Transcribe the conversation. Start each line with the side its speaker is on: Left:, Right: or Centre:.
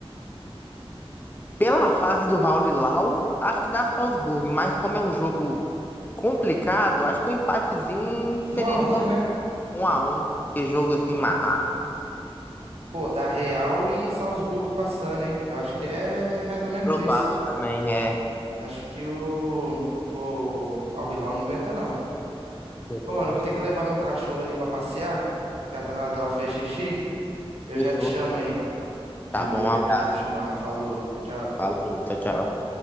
Left: Pela fase do Raul e Lau, acho que dá Salzburg, mas como é um jogo complicado, acho que um empatezinho
Right: um
Left: seria
Right: a
Left: de
Right: um
Left: bom
Right: né?
Left: 1 a um. Que jogo assim,
Right: Um a
Left: marrado.
Right: um. Pô, da Real e Salzburgo passando, hein? Eu acho que é mais ou menos
Left: Provável
Right: isso.
Left: também é.
Right: Acho que o, o Al Hilal não aguenta, não.
Left: Eu também
Right: Ô, mano, eu
Left: acho.
Right: vou ter que levar meu cachorro ali pra passear. Já tá na hora dela fazer xixi. Eu
Left: Fechou.
Right: já te chamo aí de
Left: Tá
Right: novo
Left: bom, um abraço.
Right: aí pra gente continuar. Falou, tchau.
Left: Falou, tchau, tchau.